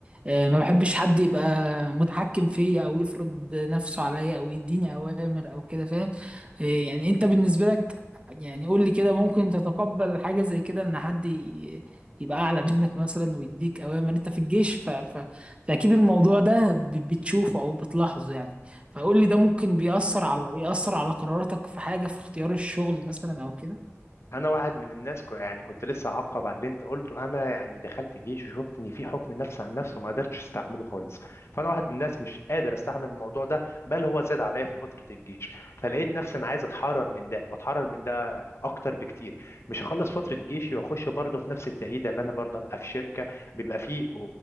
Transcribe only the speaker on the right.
آه، ما بحبش حد يبقى متحكم فيا او يفرض نفسه عليا او يديني اوامر او كده فاهم آه، يعني انت بالنسبه لك يعني قول لي كده ممكن تتقبل حاجه زي كده ان حد يبقى اعلى منك مثلا ويديك اوامر انت في الجيش ف... ف... فاكيد الموضوع ده ب... بتشوفه او بتلاحظه يعني فقول لي ده ممكن بيأثر على يأثر على قراراتك في حاجة في اختيار الشغل مثلا او كده